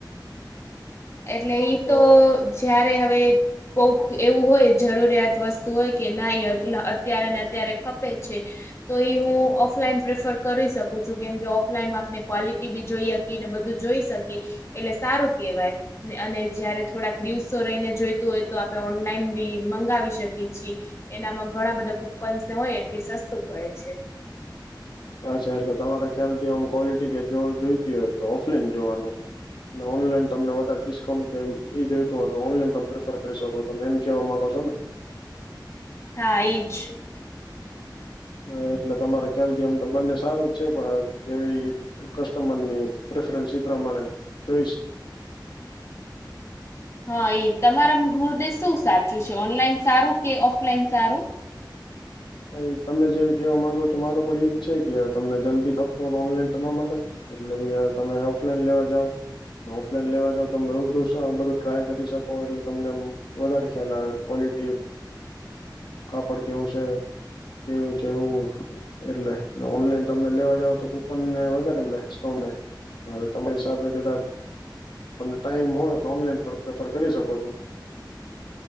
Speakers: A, on the left; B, on the left.
A: એટલે ઈતો જયારે હવે. કોક એવું હોય જરૂરિયાત વસ્તુ હોય કે ના અત્યારે ને અત્યારે ખપે છે. તો એ હું ઓફલાઈન પ્રેફર કરી શકું છું કેમ કે ઓફલાઈનમાં આપણે ક્વલિટી બી જોઈએ. ને બધું જોઈ શકી એટલે સારું કેવાય. અને જયારે થોડાક દિવસો રહીને જોઈતું હોય તો આપણે ઓનલાઈન બી મંગાવી શકીએ છીએ. એનામાં ઘણા બધા કુપન્સને હોય એથી સસ્તું પડે છે.
B: અચ્છા એટલે તમારે ખ્યાલથી આમ ક્વોલિટી કે જોઈતી હોય તો ઓફલાઈન જોવાનું. ને ઓનલાઈન તમને વધારે ડિસ્કાઉન્ટ કે એ જોઈતું હોય તો ઓનલાઈન તમે પ્રેફર કરી શકો. તમે એમ કેવા માંગો છોને?
A: હા ઈજ!
B: હા એટલે તમારા ખ્યાલથી આમ તો બંને સારું જ છે પણ, જેવી કસ્ટમરની પ્રેફરન્સ એ પ્રમાણે ચોઈસ
A: હા એ તમારા મૃર્દે શું સાચું છે ઓનલાઈન સારું કે ઓફલાઈન સારું.
B: હા ઈ તમે જે કેહેવા માંગો છો મારું પણ ઈ જ છે કે, તમને જલ્દી ખપતું <unintelligible> હો ઓનલાઈન તો ના મળે. એટલે ઈ હવે તમે ઓફલાઈન લેવા જાવ ઓફલાઈન લેવા જાવ તમે રૂબરૂ બધું ટ્રાય કરી શકો એટલે તમને વધારે ખ્યાલ આવે. ક્વોલિટી કાપડ કેવું છે? કેવું કેવું? <unintelligible> એટલે ઓનલાઈન તમે લેવા જાવ તો કુપન ને વધારે મલે ડીકાઉન્ટ હવે તમારી હિસાબે કદાચ તમને ટાઈમ હોય તો ઓનલાઈન પણ પ્રેફર કરી શકો છો.